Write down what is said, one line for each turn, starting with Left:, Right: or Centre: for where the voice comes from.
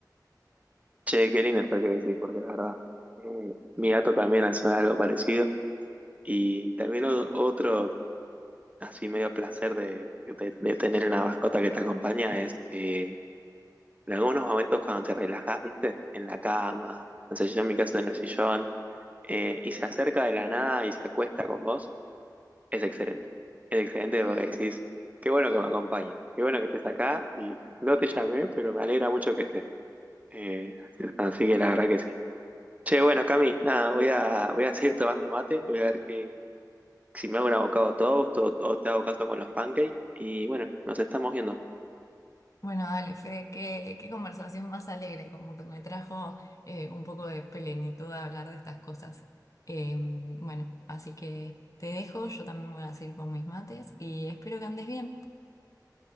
Right: Che, qué lindo esto que decís, porque es verdad. Eh, mi gato también hace algo parecido y también o- otro así medio placer de, de- de tener una mascota que te acompaña es eh, en algunos momentos cuando te relajás, ¿viste? En la cama, no sé, yo en mi caso en el sillón, eh, y se acerca de la nada y se acuesta con vos. Es excelente. Es excelente porque decís, qué bueno que me acompañes, qué bueno que estés acá y no te llamé, pero me alegra mucho que estés. Eh, así, así que la verdad que sí. Che, bueno, Cami, nada, voy a, voy a seguir tomando mate, voy a ver que, si me hago un avocado toast o, o te hago caso con los pancakes y bueno, nos estamos viendo.
Left: Bueno, dale, Fede, qué, qué conversación más alegre, como que me trajo eh, un poco de plenitud a hablar de estas cosas. Eh, bueno, así que te dejo, yo también voy a seguir con mis mates y espero que andes bien.